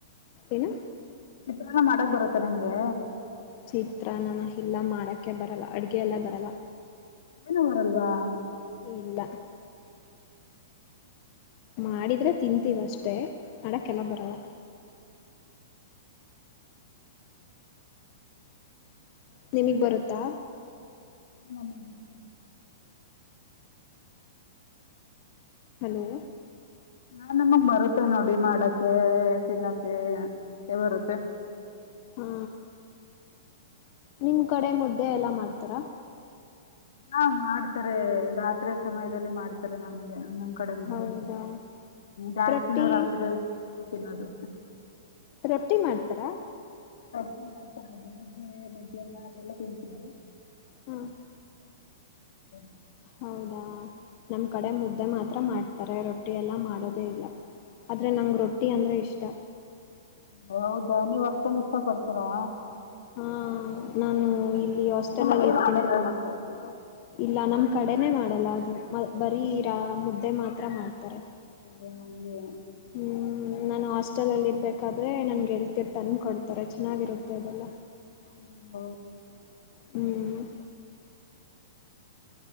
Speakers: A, on the left; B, on the left.
A: ಏನು
B: ಚಿತ್ರಾನ್ನ ಮಾಡಕ್ಕೆ ಬರುತ್ತ ಆ ನಿಮಗೆ.
A: ಚಿತ್ರಾನ್ನನೇ ಎಲ್ಲಾ ಮಾಡಕ್ಕೆ ಬರಲ್ಲ ಅಡುಗೆ ಎಲ್ಲಾ ಬರಲ್ಲ.
B: ಏನು ಬರಲ್ವಾ.
A: ಇಲ್ಲ ಮಾಡಿದ್ರೆ ತಿಂತೀವಿ ಅಷ್ಟೇ. ಮಾಡಕೆಲ್ಲ ಬರಲ್ಲ. ನಿನಗೆ ಬರುತ್ತಾ.
B: ನನಗೆ ಬರುತ್ತೆ.
A: ಹಲೋ
B: ಆ ನಮುಗ್ ಬರುತ್ತೆ ನೋಡಿ ಮಾಡಕ್ಕೆ ಹೇ ತಿನ್ನಕ್. ಹೇ ಎವರುತ್ತೆ.
A: ಹಾ ನಿಮ್ ಕಡೆ ಮುದ್ದೆ ಯಲ್ಲಾ ಮಾಡ್ತಾರಾ.
B: ಹಾ ಮಾಡ್ತಾರೆ ರಾತ್ರಿ ಸಮಯದಲ್ಲಿ ಮಾಡ್ತಾರೆ ನಮ್ಗೆ. ಕಡೆ ಮುದ್ದೆ
A: ಹೌದಾ
B: ಜಾಸ್ತಿ
A: ರೊಟ್ಟಿ
B: ನಾವ್ ರಾತ್ರಿ ತಿನ್ನೋದು.
A: ರೊಟ್ಟಿ ಮಾಡ್ತಾರಾ.
B: <inaudible> ಬೆಳಗ್ಗೆ ಮಧ್ಯಾನ ಅದೆಲ್ಲ ತಿಂತೀವಿ. <inaudible>
A: ಹ
B: <inaudible>
A: ಹೌದಾ ನಮ್ ಕಡೆ ಮುದ್ದೆ ಮಾತ್ರ ಮಾಡ್ ಅರೆ ರೊಟ್ಟಿಯಲ್ಲಾ ಮಾಡೋದೆ ಇಲ್ಲಾ ಆದ್ರೆ ನಂಗ್ ರೊಟ್ಟಿ ಅಂದ್ರೆ ಇಷ್ಟ.
B: ಹೌದ ನೀವ್ ಅಷ್ಟೊಂದ್ ಇಷ್ಟಾ ಪಡ್ತೀರಾ.
A: ಹಾ ನಾನು ಇಲ್ಲಿ ಹಾಸ್ಟೆಲಲ್ಲಿ
B: ನಿಮ್ಮ ಮನೇಲಿ
A: ಇರ್ತೀನಿ
B: ಮಾಡಲ್ವಾ ಮತ್ತೆ ಅದು
A: ಇಲ್ಲ ನಮ್ ಕಡೆನೆ ಮಾಡಲ್ಲ ಅದು ಮ ಬರೀ ರಾ ಮುದ್ದೆ ಮಾತ್ರ ಮಾಡ್ತಾರೆ
B: ಓ ಹಂಗೆ
A: ಹು ನಾನು ಹಾಸ್ಟೆಲ್ ಇರ್ಬೇಕ್ ರೆ ಹೇಳ್ತಿಯರ್ ತಂದ ಕೊಡ್ತಾರೆ ಚೆನ್ನಾಗಿರುತ್ತೆ ಅದೆಲ್ಲ.
B: ಹ್ಮ್ಮ್ ಓ
A: ಹ್ಮ್ಮ್